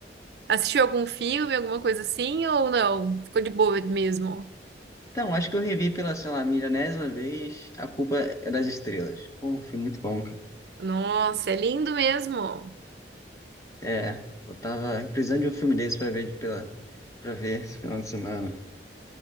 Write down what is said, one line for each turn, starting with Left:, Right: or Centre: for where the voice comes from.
Right: Assistiu algum filme, alguma coisa assim ou não? Ficou de boa mesmo?
Left: Então, acho que eu revi pela, sei lá, milionésima vez A Culpa é das Estrelas. Pô, foi muito bom, cara.
Right: Nossa, é lindo mesmo.
Left: É, eu tava precisando de um filme desse pra ver, pela, pra ver esse final de semana.